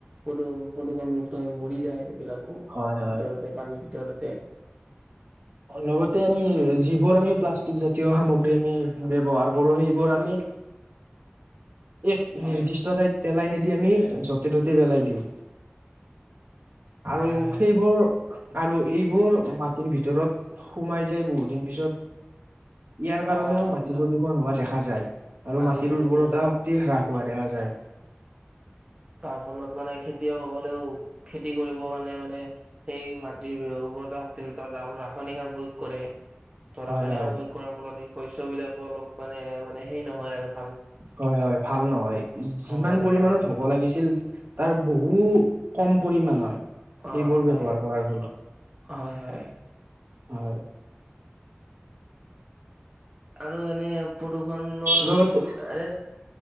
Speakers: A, on the right; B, on the right.
A: প্ৰদূ প্ৰদূষণমুক্ত হৈ মৰি যায় সেইবিলাক ভিতৰতে
B: হয় হয় হয়
A: পানীৰ ভিতৰতে।
B: লগতে আমি যিবোৰ আমি প্লাষ্টিক, জাতীয় সামগ্ৰী আমি ব্যৱহাৰ কৰো সেইবোৰ আমি এক
A: হয়
B: নিৰ্দিষ্ট ঠাইত পেলাই নিদিয়। আমি য'তে ত'তে পেলাই দিওঁ আৰু
A: হয়। হয়।
B: সেইবোৰ আৰু এইবোৰ মাটিৰ ভিতৰত সোমাই যায় ।বহুত দিন পিছত। ইয়াৰ কাৰণেও
A: অ এইবিলাক
B: মাটি প্ৰদূষণ, হোৱা দেখা যায় আৰু
A: মাটি
B: মাটিৰ
A: প্ৰদূষণ
B: উৰ্বৰতা
A: হয়
B: শক্তি হ্ৰাস হোৱা দেখা যায়। যায়।
A: তাৰ ফলত মানে খেতিয়ক সকলেও খেতি কৰিবৰ কাৰণে মানে সেই মাটিৰ উৰ্বৰতা শক্তি যাৰল ৰাসায়নিক সাৰ প্ৰয়োগ কৰে। ধৰা
B: হয়
A: খনে
B: হয়
A: প্ৰয়োগ কৰাৰ ফলত স শস্য বিলাকো অলপ মানে মানে সেই নহয় আৰু -
B: হয় হয় ভাল নহয় যিমান
A: ভাল হোৱা দেখা
B: পৰিমানত
A: নাযায়
B: হ'ব লাগিছিল তাৰ বহু কম পৰিমাণৰ হয়।
A: অ'
B: এই বোৰ
A: হয়
B: বেবয্যহাৰ পৰা ফলত
A: হয় হয়
B: হয়। <unintelligible>
A: আৰু এনে প্ৰদূষণৰ
B: লগত
A: এনে